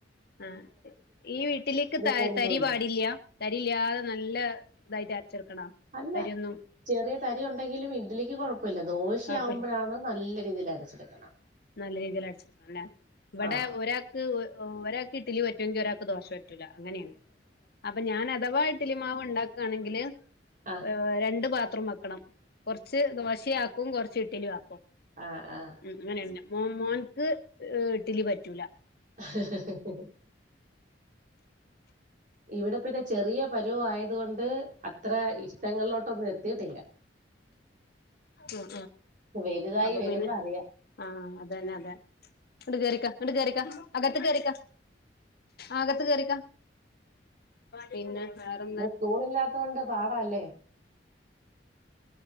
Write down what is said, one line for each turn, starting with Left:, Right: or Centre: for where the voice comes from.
Left: ആഹ് ഈ ഇഡ്ഡിലിക്ക് ത
Right: പൊന്തുവല്ലോ
Left: തരി പാടില്ലാ തരില്യാതെ നല്ല ഇതായിട്ട് അരച്ചെടുക്കണം
Right: അല്ല
Left: തരിയൊന്നും
Right: ചെറിയതരി ഒണ്ടെങ്കിലും ഇഡ്ലിക്ക് കൊഴപ്പയില്ല ദോശയാവ്മ്പഴാണ്
Left: കൊഴപ്പ
Right: നല്ല രീതീലരെച്ചെടുക്കണം
Left: നല്ല രീതിലടിച്ചെട്ക്കണം ല്ലെ ഇവ്ടെ
Right: ആഹ്
Left: ഒരാക്ക് ഒഒരാക്ക് ഇഡ്ലി പറ്റൊങ്കി ഒരാക്ക് ദോശ പറ്റ് റ്റൂല അങ്ങനേണ് അപ്പം ഞാനഥവാ ഇഡ്ലിമാവ് ഇണ്ടാക്കാണെങ്കില്
Right: ആ
Left: അ് രണ്ട് പാത്രംവെക്കണം കൊറ്ച്ച് ദോശെയാക്കും കൊറ്ച്ച് ഇഡ്ലിയാക്കും -
Right: ആഹ്ആഹ്
Left: അങ്ങനെ തന്നെ മോന് മോൻക്ക് ഇഡ്ഡ്ലിപറ്റൂല
Right: ഹ്ഹ്ഹ്ഹ് ഹ് ഇവ്ടെ പിന്നെ ചെറിയ പര്വായത്കൊണ്ട് അത്ര ഇഷ്ടങ്ങളിലോട്ടൊന്നും എത്തീട്ടില്ല
Left: ഉം
Right: വലുതായി
Left: ഉംഅപ്പപിന്നെ
Right: വരുമ്പോ അറിയാം
Left: ആഹ്അതന്നതെ ഇങ്ങട് കേറിക്ക ഇങ്ങട് കേറിക്ക അകത്ത് കേറിക്ക് ആകത്ത് കേറിക്ക് പിന്നെ വേറെ-
Right: ഇന്ന് സ്കൂളില്ലാത്തോണ്ട് പാടാല്ലേ